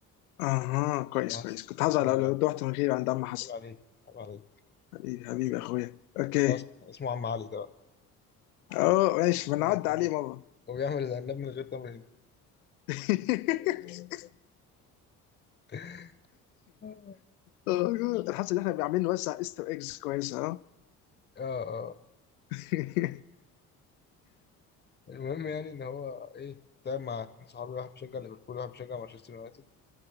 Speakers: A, on the left; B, on the left.
A: اها كويس
B: بس
A: كويس كنت
B: اسمه
A: هزعل لو
B: أبو علي
A: لو رحت من غير عند عم حسن
B: عيب عليك عيب عليك
A: حبيبي حبيبي اخويا اوكي
B: ده اس- اسمه عم علي ده
A: اه ماشي ما نعدي
B: بقى
A: عليه
B: بيع-
A: مره
B: وبيعمل العناب من غير تمر هندي
A: <laughs>
B: <laughs> اه
A: آه، الحاسه ان احنا عاملين نوزع ايستر ايجز كويسه اه
B: اه
A: <laughs>
B: المهم يعني إن هو إيه تعب مع اتنين صحابي واحد بيشجع ليفربول وواحد بيشجع مانشستر يونايتد